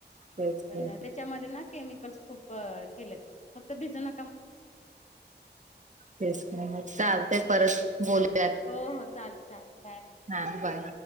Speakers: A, on the right; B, on the left.
A: तेच की,
B: पण त्याच्यामध्ये ना केमिकल्स खूप केलेत फक्त भिजना.
A: तेच का चालते परत बोलूयात.
B: हो हो चालत चालत बाय.
A: हा बाय...